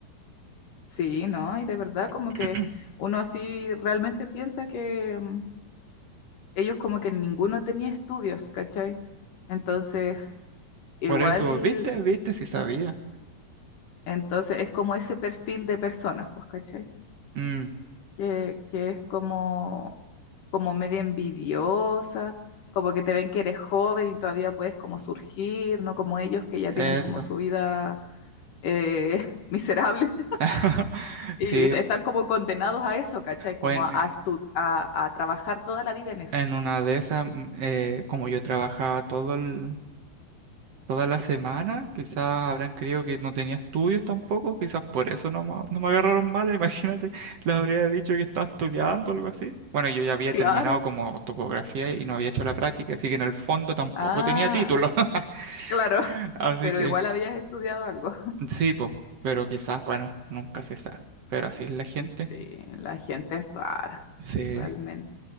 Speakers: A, on the left (about 60°); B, on the right (about 55°).
A: sí, ¿no? Y de verdad como
B: <clears throat>
A: que uno así realmente piensa que mm, ellos como que ninguno tenía estudios, ¿cachai? Entonces... Igual
B: Por eso, ¿viste? ¿Viste? Si sabía.
A: Entonces es como ese perfil de personas, pues, ¿cachai?
B: Mm,
A: Que, que es como, como media envidiosa, como que te ven que eres joven y todavía puedes como surgir, no como ellos que ya
B: eso.
A: tienen como su vida eh, <laughs> miserable
B: <laughs>
A: <laughs> y
B: Sí,
A: están como condenados a eso, ¿cachai? Como
B: bueno,
A: a, a, estu- a, a trabajar toda la vida en eso.
B: en una de esas, mm, eh, como yo trabajaba todo el, toda la semana. Quizás habrán creído que no tenía estudios tampoco. Quizás por eso no, ma- no me agarraron mal. <laughs> Imagínate, les habría dicho que estaba estudiando o algo así. Bueno, yo ya había
A: Claro.
B: terminado como topografía y no había hecho la práctica, así que en el fondo tampoco
A: Ah,
B: tenía título. <laughs>
A: claro. <laughs>
B: Así
A: Pero
B: que
A: igual habías estudiado algo. <laughs>
B: sí, pues, pero quizás, bueno, nunca se sabe. Pero así es la gente.
A: Sí, la gente es rara,
B: Sí,
A: realmente.